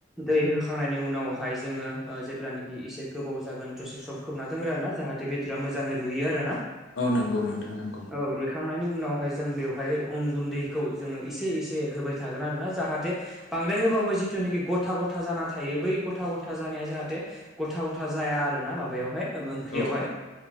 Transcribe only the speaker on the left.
औ नंगौ नोंथां नंगौ
औ